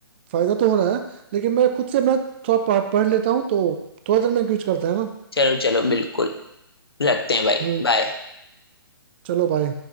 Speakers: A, on the right; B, on the left.
A: फायदा तो हो रहा है लेकिन मैं खुद से मैं थोड़ा पढ़ पढ़ लेता हूँ तो थोड़ा देर में क्विज करता है ना
B: चलो चलो बिल्कुल रखते हैं भाई
A: हम्म
B: बाय
A: चलो बाय